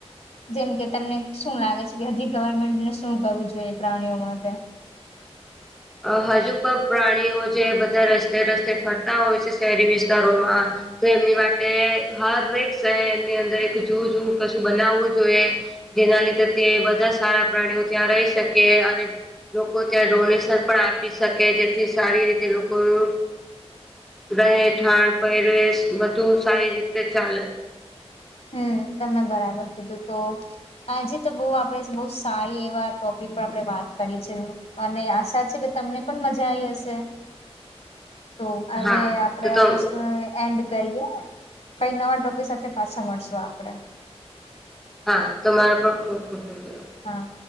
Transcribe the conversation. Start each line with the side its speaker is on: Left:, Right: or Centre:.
Left: જેમ કે તમને શું લાગે છે, કે હજી ગવર્મેન્ટને શું કરવું જોઈએ પ્રાણીઓ માટે
Centre: અ હજુ પણ પ્રાણીઓ જે બધા રસ્તે રસ્તે ફરતા હોય છે, શહેરી વિસ્તારોમા તો એમની માટે હરેક શહેરની અંદર એક જો જોું કશું બનાવવું જોઈએ. જેના લીધે તે બધા સારા પ્રાણીઓ ત્યાં રહી, શકે અને લોકો ત્યાં ડોનેશન પણ આપી શકે જેથી સારી રીતે લોકોનુ રહે ઠાળ પવેશ બધું સારી રીતે ચાલે
Left: હમ, તમે બરાબર કીધું તો હજે તો બહ આપડે બહ સારી એવા ટોપિક પર આપણે વાત કરી છે. અને આશા છે, કે તમને પણ મજા આવીઈ હશે તો હવે
Centre: હા
Left: આપડે
Centre: તો તો
Left: આ વસ્તુ એન્ડ કરીએ, કઈ નવા ટોપિક સાથે પાછ શું આપડે
Centre: હા તમારા પણ ખુબ ખુબ ધન્યવાદ
Left: હા